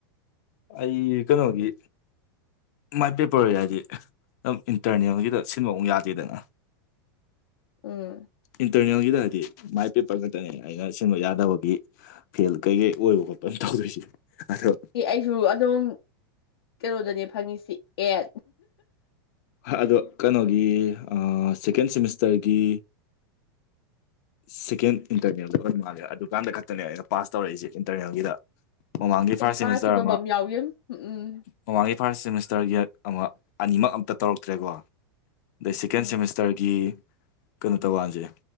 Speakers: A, on the left; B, on the left.
A: ꯑꯩ ꯀꯩꯅꯣꯒꯤ ꯃꯥꯏ ꯄꯦꯄꯔ <unintelligible> ꯑꯗꯨꯝ ꯏꯟꯇꯔꯅꯦꯜꯒꯤꯗ ꯁꯤꯟꯕ ꯑꯃꯨꯛ ꯌꯥꯗꯦꯗꯅ
B: ꯎꯝ
A: ꯏꯟꯇꯔꯅꯦꯜꯒꯤꯗ ꯍꯥꯏꯗꯤ ꯃꯥꯏ ꯄꯦꯄꯔ ꯈꯛꯇꯅꯦ ꯌꯥꯗꯕꯒꯤ ꯐꯦꯜ ꯀꯩꯀꯩ ꯑꯣꯏꯕ ꯈꯣꯠꯄꯅꯦ ꯇꯧꯗꯣꯏꯁꯦ ꯑꯗꯣ
B: ꯁꯤ ꯑꯩꯁꯨ ꯑꯗꯨꯝ ꯀꯩꯅꯣꯗꯅꯦ ꯐꯪꯉꯤꯁꯤ ꯑꯦ
A: ꯑꯗꯣ ꯀꯩꯅꯣꯒꯤ ꯁꯦꯀꯦꯟ ꯁꯦꯃꯤꯁꯇꯔꯒꯤ
B: <inaudible>
A: ꯁꯦꯀꯦꯟ ꯏꯟꯇꯔꯅꯦꯜꯗ ꯑꯣꯏ ꯃꯥꯜꯂꯦ ꯑꯗꯨꯀꯥꯟꯗ ꯈꯛꯇꯅꯦ ꯑꯩꯅ ꯄꯥꯁ ꯇꯧꯔꯛꯏꯁꯦ ꯏꯟꯇꯔꯅꯦꯜꯒꯤꯗ ꯃꯃꯥꯡꯒꯤ
B: ꯑꯩꯁꯨ
A: ꯐꯥꯔꯁ
B: ꯄꯥꯁ
A: ꯁꯦꯃꯤꯁꯇꯔ
B: ꯇꯧꯗꯕ ꯑꯃ ꯌꯥꯎꯒꯤꯝ ꯎꯝ
A: ꯃꯃꯥꯡꯒꯤ ꯐꯥꯔꯁ ꯁꯦꯃꯤꯁꯇꯔꯒꯤ ꯑꯃ ꯑꯅꯤꯃꯛ ꯑꯝꯇ ꯇꯧꯔꯛꯇ꯭ꯔꯦꯀꯣ ꯁꯦꯀꯦꯟ
B: ꯎꯝ
A: ꯁꯦꯃꯤꯁꯇꯔꯒꯤ ꯀꯩꯅꯣ ꯇꯧꯕ ꯀꯥꯟꯁꯦ